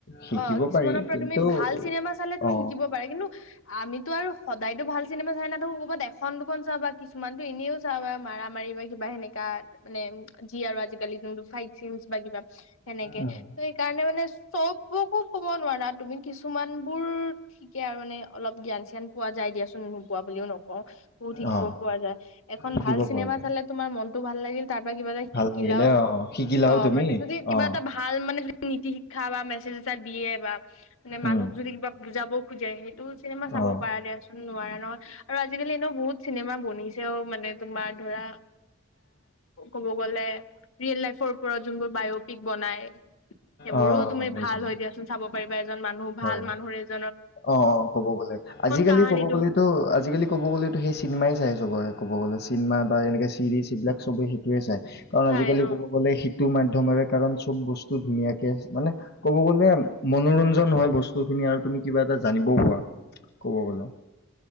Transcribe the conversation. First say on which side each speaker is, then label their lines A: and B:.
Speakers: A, on the left; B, on the left.
A: শিকিব
B: অ কিছুমানৰ
A: পাৰি
B: পৰা
A: কিন্তু
B: তুমি ভাল চিনেমা চালে তুমি
A: অ
B: শিক। কিন্তু আমিতো আৰু সদায়তো ভাল চিনেমা। চাই নাথাকো কৰবাত এখ এখন দুখন চাবা কিছুমানতো এনেও চাবা মাৰা। মাৰিবা কিবা সেনেকে। কাষ্ট নেম যি আৰু আজিকালি। ফাইভ জি ইউচ বা কিবা। সেনেকে,
A: উম
B: ত সেইকাৰণে মানে। মানে চব বোৰকো কব নোৱাৰা তুমি কিছুমান বোৰ। ঠিকে আৰু মানে অলপ জ্ঞান স্যান পোৱা যাই দিয়াচোন, নোপোৱা বুলিও নকওঁ। বহুত শিকিব
A: অ
B: পোৱা যায়, এখন
A: শিকিব
B: ভাল চিনেমা
A: পৰা যায়
B: চালে তোমাৰ মনটো ভাল। লাগিল। তাৰ পৰা কিবা এটা শিকিলাও।
A: ভাল লাগিলে অ শিকিলাও
B: অ
A: তুমি
B: মানে যদি কিবা
A: অ
B: এটা ভাল মানে যদি নীতি শিক্ষা বা মেছেজ এটা দিয়ে বা মানে মানুহক
A: উম
B: যদি কিবা যাব খোজে সেইটো চিনেমা চাব
A: অ
B: পাৰা দিয়াচোন নোৱাৰা ন আৰু। আজিকালি এনেও বহুত। ত চিনেমা বনিছেও মানে তোমাৰ ধৰা কব গলে ৰিয়েল লাইফৰ ওপৰত যোনবোৰ বায়পিক বনাই। সেইবোৰো
A: অ
B: তুমি
A: গম পাইছো
B: ভাল হয় দিয়াচোন চাব। কিবা এজন মানুহ
A: হয়
B: ভাল মানুহৰে
A: অ অ ক'ব গ'লে আজিকালি
B: কাহানীটো
A: ক'ব গ'লেতো। আজিকালি ক'ব গ'লেতো সেই চিনেমাই চাইচবৰে ক'ব গলে চিনেমা বা এনেকে চিৰিজ এইবিলাক চবে সেইটোয়ে চায়। কাৰণ
B: চাই
A: আজিকালি
B: অ
A: ক'ব গ'লে শ মাধ্যমেৰে কাৰণ চব বস্তু ধুনীয়াকে মানে ক'ব গ'লে মনোৰঞ্জন নহয় বস্তু খিনি আৰু তুমি কিবা এটা জানিবও পোৱা কব গলে।